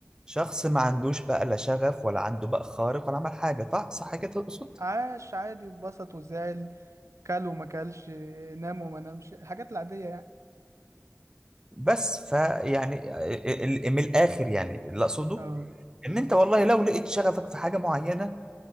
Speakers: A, on the right; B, on the right.
A: شخص ما عندوش بقى لا شغف ولا عنده بقى خارق ولا عمل حاجة طه صح كده تقصد
B: عاش عادي واتبسط وزعل كل وما كلش نام وما نامش الحاجات العادية يعني
A: بس فيعني ال- ال- من الآخر يعني اللي أقصده
B: اه
A: إن
B: اه
A: أنت والله لو لقيت شغفك في حاجة معينة